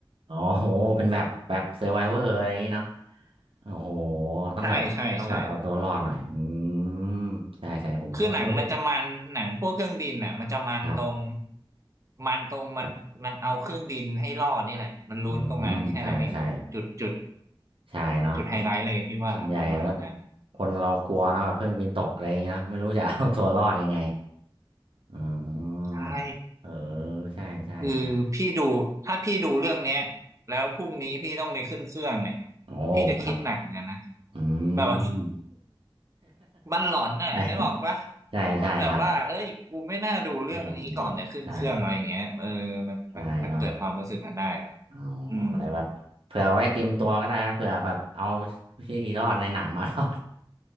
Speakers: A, on the right (about 80°); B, on the right (about 35°).
A: อ๋อโหเป็นแบบ แบบเซอร์ไวเวอร์อะไรอย่างนี้เนาะโอ้โห
B: <laughs>
A: ต้องแบบต้องแบบเอาตัวรอดหน่อย
B: ใช่ใช่ใช่
A: อืมใช่ใช่ผมก็เออ
B: คือหนังมันจะมันหนังพวกเครื่องบินน่ะมันจะมันตรง
A: ครับ
B: มันตรงมันมันเอาเครื่องบินให้รอดนี่แหละมันลุ้นตรงนั้นแค่นั้นเองนะจุดจุด
A: แบบอืมใช่ใช่ใช่เนาะก็
B: จุดไฮไลท์เลยพี่ว่าประมาณนั้น
A: ส่วนใหญ่ก็คนเรากลัวเนอะแบบเครื่องบินตกอะไรอย่างนี้เนอะไม่รู้จะเอาตัวรอดยังไงอ๋อ
B: ใช่
A: เออ ใช่ใช่ใช่
B: คือพี่ดูถ้าพี่ดูเรื่องเนี้ยแล้วพรุ่งนี้พี่ต้องไปขึ้นเครื่องเนี่ย
A: โอ้ครับ
B: พี่จะคิดหนักเหมือนกันนะ
A: อื
B: แบบว่ามันหลอนน่ะนึกออกปะ
A: ม <laughs> ใช่ใช่ครับ
B: มันแบบว่าเอ้ยกูไม่น่าดูเรื่องนี้ก่อนเนี่ยขึ้นเครื่องอะไรอย่างเงี้ยเออมันมันมันเกิดความรู้สึกนั้นได้แบบ
A: เออใช่ใช่เนาะอ๋อ
B: อืม
A: อะไรแบบเผื่อไว้เตรียมตัวก็ได้นะเผื่อแบบเอาวิธีรอดในหนังมา <laughs> รอด